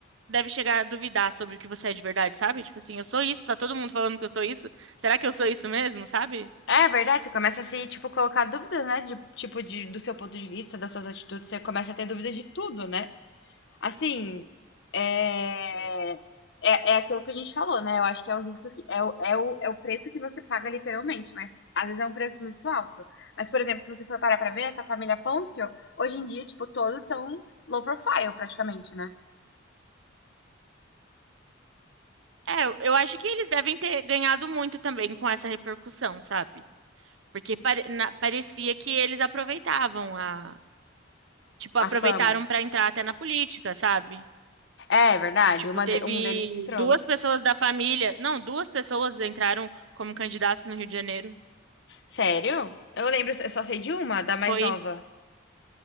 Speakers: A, on the right; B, on the left.
A: deve chegar a duvidar sobre o que você é de verdade, sabe? Tipo assim, eu sou isso, tá todo mundo falando que eu sou isso. Será que eu sou isso mesmo, sabe?
B: É verdade, você começa a se, tipo, colocar dúvidas, né? De, tipo, de, do seu ponto de vista, das suas atitudes, você começa a ter dúvidas de tudo, né? Assim, é, é, é aquilo que a gente falou, né? Eu acho que é o risco que é o, é o, é o preço que você paga literalmente, mas às vezes é um preço muito alto. Mas, por exemplo, se você for parar pra ver, essa família Poncio, hoje em dia, tipo, todos são low profile, praticamente, né?
A: É, eu eu acho que eles devem ter ganhado muito também com essa repercussão, sabe? Porque pare- na- parecia que eles aproveitavam a, tipo,
B: A
A: aproveitaram
B: fama.
A: pra entrar até na política, sabe?
B: É, é verdade,
A: Tipo,
B: uma
A: teve
B: de- um deles entrou.
A: duas pessoas da família, não, duas pessoas entraram como candidatos no Rio de Janeiro.
B: Sério? Eu lembro, eu só sei de uma, da mais
A: Foi
B: nova.